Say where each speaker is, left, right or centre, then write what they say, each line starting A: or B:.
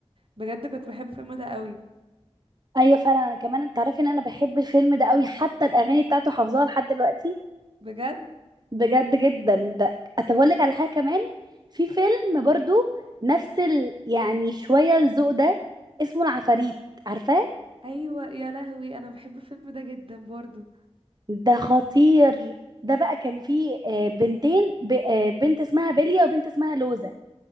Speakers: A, on the right; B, on the right.
A: بجد كنت بحب الفيلم ده قوي
B: ايوه فعلا انا كمان انت عارفه ان انا بحب الفيلم ده قوي حتى الاغاني بتاعته حافظاها لحد دلوقتي
A: بجد
B: بجد جدا ده طب اقول لك على حاجه كمان في فيلم برضو نفس ال... يعني شويه الذوق ده اسمه العفاريت عارفاه
A: ايوه يا لهوي انا بحب الفيلم ده جدا برضو
B: ده خطير ده بقى كان فيه آه، بنتين ب... آه، بنت اسمها بيليا وبنت اسمها لوزة